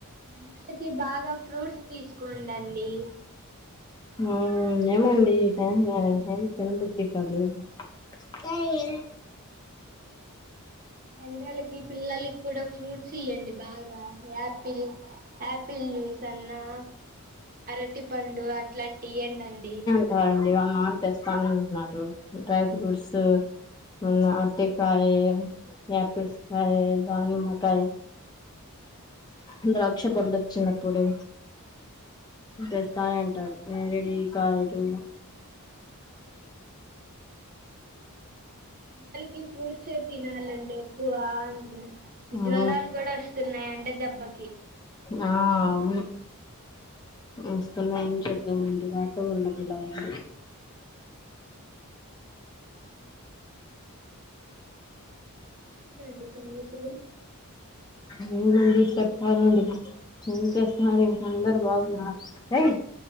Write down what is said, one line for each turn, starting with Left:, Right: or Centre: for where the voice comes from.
Right: ఎండలకి బాగా ఫ్రూట్స్ తీసుకోండి అండి
Left: ఆ ఏమో అండి ఈ టైంల ఎం తినబుద్ది కాదు. కాయ
Right: ఎండలకి పిల్లలకి కూడా ఫ్రూట్స్ ఇయ్యండి బాగా యాపిల్ ఆపిల్ జ్యూస్ అన్నా, అరటి పండు అట్లాంటియి ఇయ్యండి అండి.
Left: అలాగండి వాళ్ళ నాన్న తెస్తానంటున్నారు డ్రై ఫ్రూట్స్ మొన్న అరటికాయ్, యాపిల్స్ కాయ్ దానిమ్మ కాయ్. ద్రాక్ష పండ్లు వచ్చినప్పుడు తెస్తనే ఉంటారు నేరడి కాయలు.
Right: పిల్లలకి ఫ్రూట్సే తినాలండి. ఒక వానకి
Left: ఆ
Right: జ్వరాలు కూడా వస్తున్నాయి ఎండ దెబ్బకి.
Left: ఆ అవును. వస్తున్నాయి ఏం చేద్దామండి, వాతావరణం ఇలా ఉంది.
Right: ఎందండి తుమ్మిసులు?
Left: లేదండి, చెప్పాలండి. ఏం చేస్తున్నారు ఇంట్లో అందరు బావున్నార, రేయ్